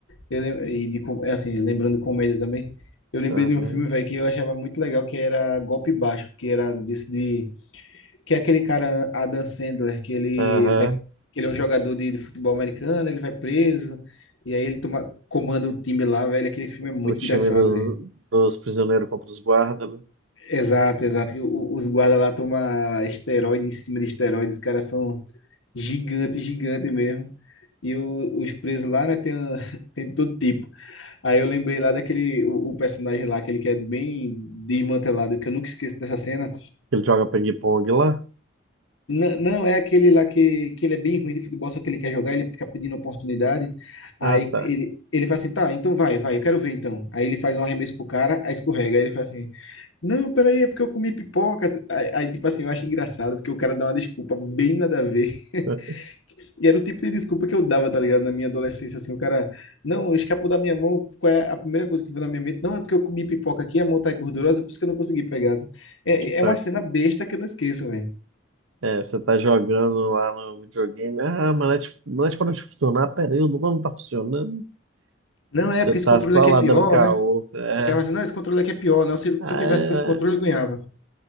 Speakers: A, on the left; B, on the right.
A: eu lem- e de com- é assim, lembrando comédia também. Eu lembrei
B: Aham,
A: de um filme, velho, que eu achava muito legal, que era Golpe Baixo, que era desse de que é aquele cara Adam Sandler, que ele
B: aham.
A: vai que ele é um jogador de, de futebol americano, ele vai preso e aí ele toma comanda o time lá, velho, aquele filme é muito
B: O time
A: engraçado,
B: dos, dos prisioneiros contra os guardas, né?
A: Exato, exato. que o- Os guardas lá tomam esteroide em cima de esteroide, os caras são gigantes, gigantes mesmo. E o- os presos lá, né, tem, <laughs> tem de todo tipo. Aí eu lembrei lá daquele, o, o personagem lá, aquele que é bem desmantelado, que eu nunca esqueço dessa cena.
B: Ele joga ping-pong lá.
A: N não, é aquele lá que, que ele é bem ruim de futebol, só que ele quer jogar, ele fica pedindo oportunidade.
B: Ah,
A: Aí
B: tá.
A: ele, ele faz assim, tá, então vai, vai, eu quero ver então. Aí ele faz um arremesso pro cara, aí escorrega. Aí ele faz assim, Não, peraí, é porque eu comi pipoca. Aí, aí, tipo assim, eu acho engraçado, porque o cara dá uma desculpa bem nada a ver. <laughs>
B: <laughs>
A: E era o tipo de desculpa que eu dava, tá ligado? Na minha adolescência, assim, o cara, não, escapou da minha mão, qual é a primeira coisa que veio na minha mente? Não, é porque eu comi pipoca aqui, a mão tá gordurosa, por isso que eu não consegui pegar. É,
B: Tipo,
A: é uma
B: é,
A: cena besta que eu não esqueço, velho.
B: é, você tá jogando lá no videogame. Ah, mas não é de- não é de- para de funcionar. Pera aí, o botão não tá funcionando.
A: Não, é
B: Você
A: porque
B: tá
A: esse controle
B: só
A: aqui
B: lá
A: é pior,
B: dando caô.
A: né?
B: É.
A: O cara fala assim, não, esse controle aqui é pior, não, se,
B: Ah,
A: se eu tivesse
B: é.
A: com esse controle eu ganhava.